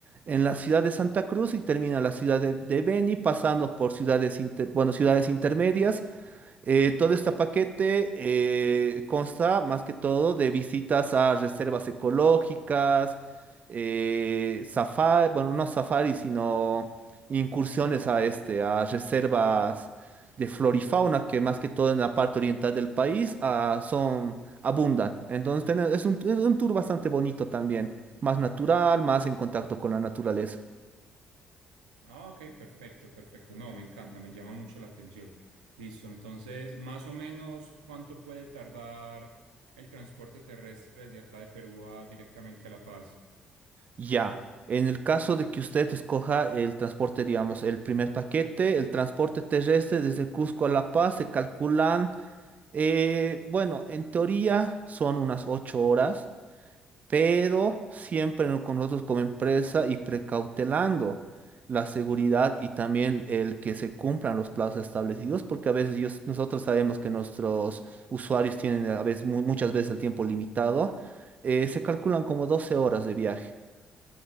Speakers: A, on the right; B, on the right.
A: en la ciudad de Santa Cruz y termina en la ciudad de, de Beni, pasando por ciudades, inter- bueno, ciudades intermedias eh, todo este paquete eh, consta más que todo de visitas a reservas ecológicas, eh, safari, bueno, no safari, sino incursiones a este, a reservas de flora y fauna que más que todo en la parte oriental del país ah, son abundan. Entonces tiene- es un, es un tour bastante bonito también, más natural, más en contacto con la naturaleza.
B: Ah, ok, perfecto, perfecto. No, me encanta, me llama mucho la atención. Listo, entonces, más o menos, ¿cuánto puede tardar el transporte terrestre desde acá de Perú a directamente a La Paz?
A: Ya, en el caso de que usted escoja el transporte, digamos, el primer paquete, el transporte terrestre desde Cusco a La Paz, se calculan, eh, bueno, en teoría son unas ocho horas, pero siempre no- con nosotros como empresa y precautelando la seguridad y también el que se cumplan los plazos establecidos, porque a veces ellos- nosotros sabemos que nuestros usuarios tienen a veces, mu- muchas veces el tiempo limitado, eh, se calculan como 12 horas de viaje.